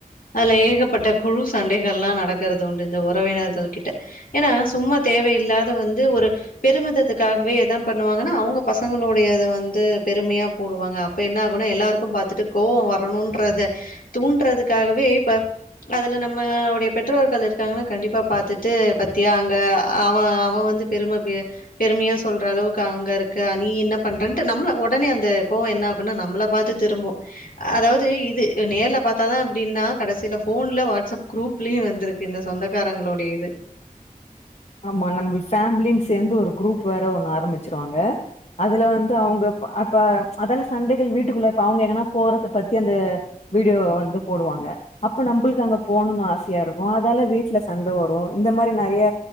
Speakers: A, on the left (about 70°); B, on the left (about 50°).
A: அதுல ஏகப்பட்ட குழு சண்டைகல்லா நடக்குறது உண்டு இந்த உறவினர்கள் கிட்ட ஏன்னா சும்மா தேவையில்லாத வந்து ஒரு பெருமிதத்துக்காகவே எதான் பண்ணுவாங்கன்னா அவங்க பசங்களுடைய வந்து பெருமையா போடுவாங்க அப்ப என்ன ஆகும்னா எல்லாருக்கும் பாரத்துட்டு கோவம் வரணும்ன்றத தூண்றதுக்கு காகவே இப்ப அதுல நம்மடைய பெற்றோர்கள் இருக்காங்கன்னா கண்டிப்பா பாத்துட்டு பாத்தியா அங்க அவெ வந்து பெருமை பெருமையா சொல்ற அளவுக்கு அங்க இருக்கா நீ என்ன பண்ற நம் உடனே அந்த கோவோ என்ன நம்மள பாத்து திரும்பு அதாவது இது நேர்ல பார்த்தாதா ப்டினா கடைசியில ஃபோன்ல வாட்ஸ்அப் குரூப்லயு வந்திருக்கு இந்த சொந்தக்காரங்களுடைய இது
B: ஆமா நம்ம ஃபேம்லின்னு சேர்ந்து ஒரு குரூப் வேற ஒண்ணு ஆரம்பிச்சிருவாங்க அதுல வந்து அவங்க அப்ப அதால சண்டைகள் வீட்டுக்குள்ள இப்ப அவங்க எங்கன்னா போறத பத்தி அந்த வீடியோ வந்து போடுவாங்க அப்ப நம்மளுக்கு அங்க போணும்னு ஆசையா இருக்கு அதால வீட்டுல சண்டை வரும் இந்த மாரி நறைய